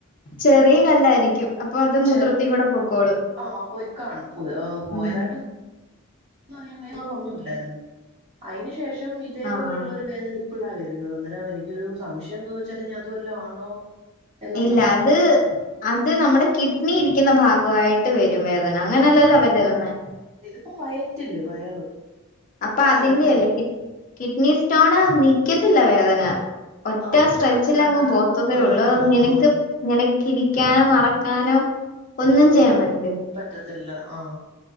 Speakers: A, on the left; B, on the right.
A: ചെറിയ കല്ലാരിക്കും അപ്പൊ അത് മൂത്രത്തി
B: ചെറു
A: കൂടെ പൊക്കോളും
B: ആ പോയി കാണും പോയോപോയതായിട്ടും
A: ഉം
B: പറയാമേലകളൊന്നുമില്ലായിരുന്നു അയിനു ശേഷം - ഇതേപോലൊള്ളൊരു
A: ആഹ്
B: വേദന ഇപ്പോഴാ വരുന്നത് എ എനിക്കൊരു സംശയം എന്തോന്നച്ചാല് ഇനി അതുവല്ലോ ആന്നോ എന്നുള്ളതാ
A: ഇല്ല അത് അത് നമ്മടെ കിഡ്നി ഇരിക്കുന്ന ഭാഗവായിട്ട് വരും റ്റും വേദന അങ്ങനെയല്ലല്ലോ <unintelligible>
B: അപ്പം വയറ്റില് വയറ്
A: അപ്പൊ അതിന്റെയല്ല
B: ഫ്രണ്ടില്ല
A: കിഡ്നി സ്റ്റോണ് നിക്കത്തില്ല വേദന ഒറ്റ
B: ആ ഒട്ടും
A: സ്ട്രെച്ചിൽ
B: പറ്റാത്ത
A: അങ്ങ് പോത്തതേ
B: ആ
A: ഉള്ളൂ
B: ആ
A: നിനക്ക്
B: ആ
A: നിനക്ക് ഇരിക്കാനോ നടക്കാനോ ഒന്നും ചെയ്യാൻ പറ്റ
B: പറ്റത്തില്ല ആ